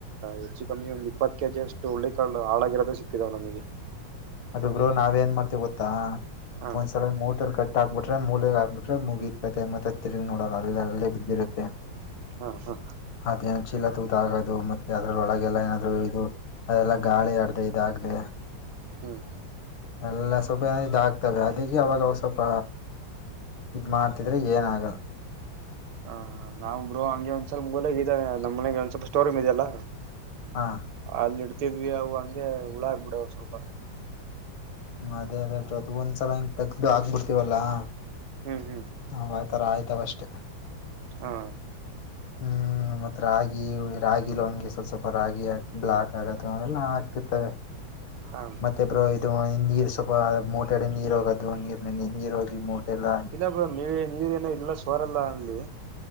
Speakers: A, on the right; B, on the left.
A: ಹೆಚ್ಚು ಕಮ್ಮಿ ಒಂದು ಇಪ್ಪತ್ತು ಕೆ ಜಿ ಅಷ್ಟುಳ್ಳ ಕಳ್ಳು ಹಳಾಗ ತೆ ಸಿಕ್ಕದ ಒನೊಮಗೆ
B: ಅದುಬ್ರು ನಾವ ಏನ್ ಮಾಡ್ತೇವಿ ಗೊತ್ತಾ
A: ಹಾ
B: ಒಂದ್ಸಲ ಮೋಟರ್ ಕಟ್ಟ ಹಾಕ್ಬ ಬಿಟ್ರೆ ಮೂಲೆಗ್ ಹಾಕ್ಬಿಟ್ರೆ ಮುಗಿ ಇ್ಕತ್ತತೆ ಮತ್ತತ್ ತಿರುಗ ನೋಡ ಅಲ್ಲ ಬಿದ್ದಿರುತ್ತೆ
A: ಹಾ ಹಾ
B: ಅದೇನ್ ಚೀಲ ತೂತ ಆಗೋದು ಮತ್ತೆ ಅದ್ರೊಳಗೆಲ್ಲ ಏನಾದ್ರು ಇದು ಅದೆಲ್ಲ ಗಾಳಿ ಅಡ್ದ ಇದಾಗದೆ
A: ಹ್ಮ್
B: ಎಲ್ಲ ಸ್ವಲ್ಪ ಏನ ಇದ ಆಕ್ತವೆ ಅದಕ್ಕೆ ಅವಾಗ ಸ್ವಲ್ಪ ಇದ್ ಮಾಡಾತಿದ್ರೆ ಏನಾಗಲ್ಲ
A: ಹ ನಾಬ್ರು ಹಂಗೆ ಒಂದ್ ಸ್ವಲ್ಪ ಮೂಲೆಗ ಇದ್ದಾನೆ ನಮ್ಮ ಮನೆಗೆ ಒಂದ ಸ್ವಲ್ಪ ಸ್ಟೋರಮ್ ಇದದೆಲ್ಲ
B: ಹಾ
A: ಅಲ್ಲಿ ಇಡ್ತಿದ್ವಿ ಅವು ಹಗೆ ಹುಳಾಗಬಿಡವು ಸ್ವಲ್ಪ
B: ಅದೇ ಅದೇ ಬ್ರತ್ ಒಂದ್ಸಲ ಹಿಂಗ ತಗದುು ಆಗ್ಕ್ಬಿಡ್ತೀವಲ್ಲಾ
A: ಹ್ಮ್ ಹ್ಮ್
B: ನ್ತರ ಆಯ್ತಾವಷ್ಟೆ
A: ಹಾ
B: ಹ್ಮ್ ಮತ್ ರಾಗಿ ರಾಗಿ ಲಣಗೆ ಸ್ವಲ್ಪ ಸ್ವಲ್ಪ ರಾಗಿ ಬ್ಲಾಕ್ ಆಗ ಅವೆಲ್ಲಾ ಹಾಕ್ತಿರ್ತವೆ
A: ಹಾ
B: ಮತ್ತೆ ಬೋಹಿತ್ ಇದು ನೀರ್ ಸ್ವಲ್ಪ ಮೋಟೆ ಅಡೆ ನೀರು ಹೋಗೋದು ನೀರ್ನಲ್ಲಿ ನೀರು ಹೋಗಿ ಎಲ್ಲ
A: ಇಲ್ಲ ಬ್ರೋ ನೀ ನೀರ್ ಏನೋ ಇಲ್ಲ ಸೋರಲ್ಲ ಅಲ್ಲಿ